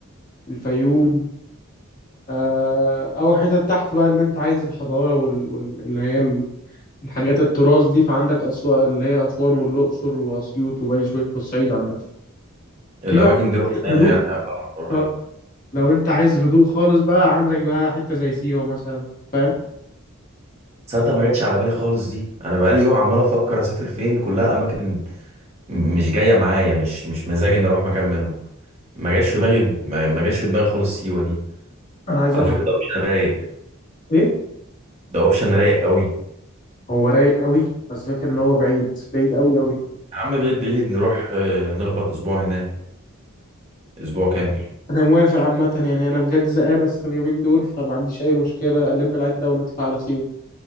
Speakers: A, on the left (about 40°); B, on the right (about 30°).
A: الفيوم آه او حتت تحت بقى اللي انت عايز الحضاره وال... وال... اللي هي ال- الحاجات التراث دي فعندك اسوان اللي هي اسوان والاقصر واسيوط وبني سويف والصعيد عامه
B: الاماكن
A: في بقى
B: دي رحناها
A: هدوء
B: يعني أغلبها من قريب
A: آه، لو انت عايز هدوء خالص بقى عندك بقى حته زي سيوه مثلا فاهم
B: تصدق ما جاتش على بالي خالص دي انا بقالي يوم عمال افكر اسافر فين كلها اماكن م- مش جايه معايا مش مش مزاجي اني اروح مكان منهم ما جاش في دماغي ما ما جاش في دماغي خالص سيوه دي
A: انا عايز
B: على
A: اروح
B: فكره ده اوبشن رايق
A: ايه
B: ده اوبشن رايق قوي
A: هو رايق قوي بس فاكر ان هو بعيد بعيد قوي قوي
B: يا عم بعيد بعيد نروح آه، نخبط اسبوع هناك اسبوع كامل
A: انا موافق عامه يعني انا بجد زهقان اساسا اليومين دول فما عنديش اي مشكله الم العده ونطلع على سيوه